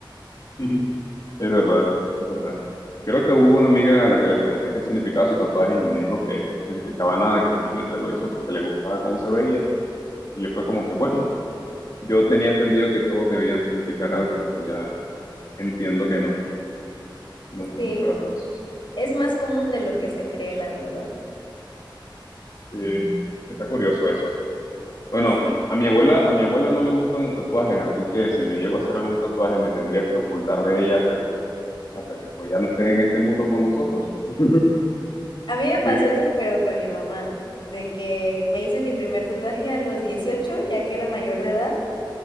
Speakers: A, on the left; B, on the left.
A: <laughs> Es verdad, es verdad. Creo que hubo una amiga a la que le pregunté qué significaba su tatuaje y me dijo que no significaba nada, que simplemente lo hizo porque le gustaba cómo se veía. Y yo fue como que, bueno, yo tenía entendido que todos debían significar algo, pero ya entiendo que no, no es así
B: Sí,
A: para todos.
B: es más común de lo que se cree, la verdad.
A: Sí, está curioso eso. Bueno,
B: Sí,
A: a mi abuela, a mi abuela no le gustan los tatuajes, así que si me llego a hacer algún tatuaje me tendría que ocultar de ella hasta que, hasta que pues ya no esté en este mundo con nosotros. <laughs>
B: a mí
A: Porque,
B: me pasó eso, pero con mi mamá, de que me hice mi primer tatuaje a los dieciocho ya que era mayor de edad.